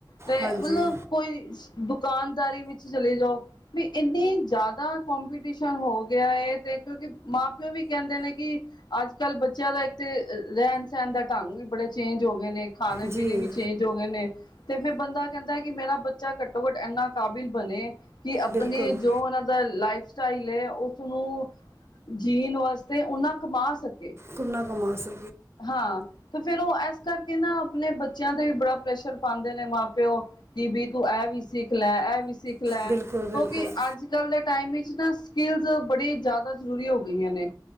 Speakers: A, on the left; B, on the right.
A: ਤੇ
B: ਹਾਂਜੀ
A: ਮਲਬ ਕੋਈ ਦੁਕਾਨ ਦਾਰੀ ਵਿੱਚ ਚਲੇ ਜਾਓ। ਵੀ ਏਨੀ ਜ਼ਾਦਾ ਕੋਂਪੀਟੀਸ਼ਨ ਹੋ ਗਿਆ ਐ, ਤੇ ਕਿਉਂਕਿ ਮਾਂ ਪਿਓ ਵੀ ਕੈਂਦੇ ਨੇ ਕੀ ਅੱਜ ਕੱਲ੍ਹ ਬੱਚਿਆਂ ਦਾ ਇੱਕ ਤੇ ਰੈਣ ਸੈਣ ਦਾ ਢੰਗ ਵੀ ਬੜੇ ਚੇਂਜ ਹੋ ਗੇ ਨੇ। ਖਾਣੇ
B: ਜੀ
A: ਪੀਣੇ ਵੀ ਚੇਂਜ ਹੋ ਗੇ ਨੇ, ਤੇ ਫੇਰ ਬੰਦਾ ਕੈਂਦਾ ਕੀ ਮੇਰਾ ਬੱਚਾ ਘੱਟੋ ਘੱਟ ਏਨਾ ਕਾਬਿਲ ਬਣੇ ਕੀ ਆਪਣੇ
B: ਬਿਲਕੁਲ
A: ਜੋ ਓਨਾਂ ਦਾ ਲਾਈਫ ਸਟਾਈਲ ਏ, ਉਸਨੂੰ ਜੀਣ ਵਾਸਤੇ ਓਨਾਂ ਕਮਾ ਸਕੇ।
B: ਕਿੰਨਾ ਕਮਾ ਸੀ।
A: ਹਾਂ, ਤੇ ਫੇਰ ਓ ਏਸ ਕਰਕੇ ਨਾ ਆਪਣੇ ਬੱਚਿਆਂ ਤੇ ਵੀ ਬੜਾ ਪ੍ਰੈਸ਼ਰ ਪਾਂਦੇ ਨੇ ਮਾਂ ਪਿਓ। ਕੀ ਵੀ ਤੂੰ ਐ ਵੀ ਸਿੱਖ ਲੈ, ਐ ਵੀ ਸਿੱਖ ਲੈ,
B: ਬਿਲਕੁਲ
A: ਕਿਉਂਕਿ
B: ਬਿਲਕੁਲ
A: ਅੱਜ ਕੱਲ੍ਹ ਦੇ ਟਾਈਮ ਵਿੱਚ ਨਾ, ਸਕਿੱਲਸ ਬੜੀ ਜ਼ਾਦਾ ਜ਼ਰੂਰੀ ਹੋ ਗਈਆਂ ਨੇ।